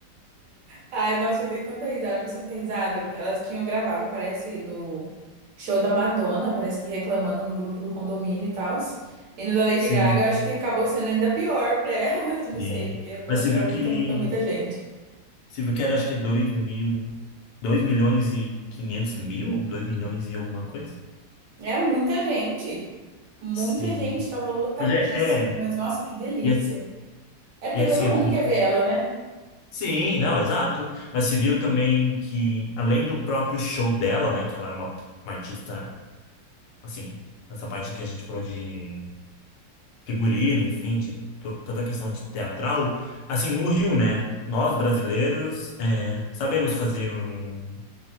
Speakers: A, on the right; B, on the left.
A: ai, nossa, eu dei tanta risada, mas tanta risada. Elas tinham gravado, parece, do show da Madonna, parece que reclamando no grupo do condomínio e tal. E no da Lady
B: Sim.
A: Gaga, eu acho que acabou sendo ainda pior pra elas, <laughs> eu não
B: E-
A: sei, porque falou
B: Mas você
A: que
B: viu
A: era muita,
B: que.
A: muita, muita gente.
B: Você viu que era acho que 2 mil. dois milhões e quinhentos mil? dois milhões e alguma coisa?
A: É muita gente. Muita
B: Sim.
A: gente, tava lotadíssimo,
B: Mas é, é.
A: mas nossa, que delícia.
B: E, é-
A: É porque
B: e é
A: todo
B: assim, é
A: mundo quer ver ela, né?
B: Sim, não, exato. Mas se viu também que, além do próprio show dela, né, que ela é uma, uma artista, assim, essa parte que a gente falou de figurino, enfim, de to- toda a questão de teatral, assim, no Rio, né, nós brasileiros é, sabemos fazer um,